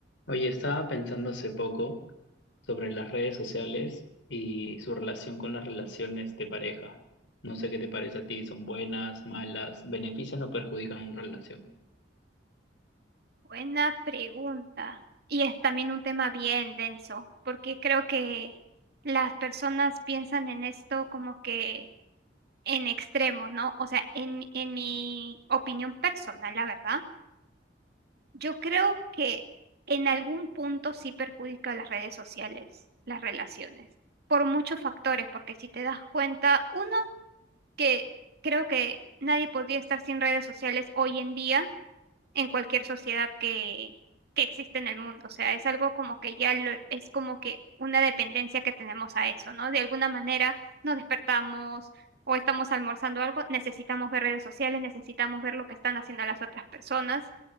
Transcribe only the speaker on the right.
Buena pregunta. Y es también un tema bien denso, porque creo que las personas piensan en esto como que en extremos, ¿no? O sea, en, en mi opinión personal, la verdad, yo creo que en algún punto sí perjudica a las redes sociales, las relaciones, por muchos factores, porque si te das cuenta, uno, que creo que nadie podría estar sin redes sociales hoy en día en cualquier sociedad que, que existe en el mundo. O sea, es algo como que ya lo- es como que una dependencia que tenemos a eso, ¿no? De alguna manera nos despertamos o estamos almorzando algo, necesitamos ver redes sociales, necesitamos ver lo que están haciendo las otras personas.